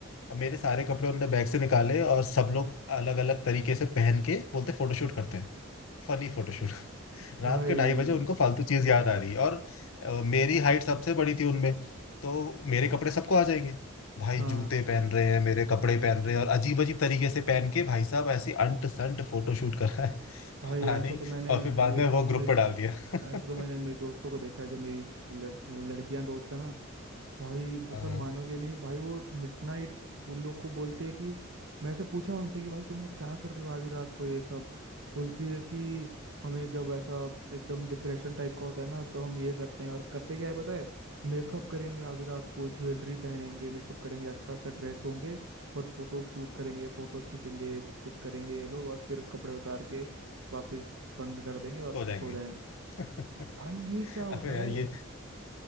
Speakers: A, on the left; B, on the right.
A: और मेरे सारे कपड़े उनने बैग से निकाले और सब लोग अलग अलग तरीके से पहन के बोलते फोटोशूट करते हैं Funny photoshoot
B: <laughs>
A: रात
B: भाई
A: के ढाई बजे उनको फालतू चीज याद आ रही है और अ, मेरी हाइट सबसे बड़ी थी उनमें तो मेरे कपड़े सबको आ जाएंगे भाई
B: हाँ
A: जूते पहन रहे हैं मेरे कपड़े पहन रहे हैं और अजीब अजीब तरीके से पहन के भाई साहब ऐसे अंट संट फोटोशूट करा है <laughs>
B: भाई
A: पता
B: ऐसा
A: नहीं
B: तो मैंने
A: और फिर बाद
B: मेरी
A: में वो ग्रुप
B: मेरी
A: पर डाल दिया
B: ऐसा
A: <laughs>
B: तो मैंने मेरे दोस्तों को देखा है जो मेरी लड़, मतलब लड़कियां दोस्त है ना भाई मतलब
A: हाँ
B: मानोगे नहीं भाई वो मिडनाइट उन लोग को बोलते हैं कि मैं से पूछा उनसे कि भाई तुम लोग क्या कर रहे हो आधी रात को ये सब बोलती है कि हमें जब ऐसा एकदम डिप्रेशन टाइप का होता है ना तो हम ये करते हैं और करते क्या है पता है मेकअप करेंगे आधी रात को ज्वेलरी पहनेंगे मेकअप करेंगे अच्छा सा ड्रेस होंगे और फोटो शूट करेंगे फोटोज खींचेंगे कुछ कुछ करेंगे ये लोग और फिर कपड़े उतार के वापस बंद कर देंगे और
A: हो जाएंगे
B: सो जाएंगे
A: <laughs>
B: भाई ये क्या होता
A: अबे यार
B: है
A: ये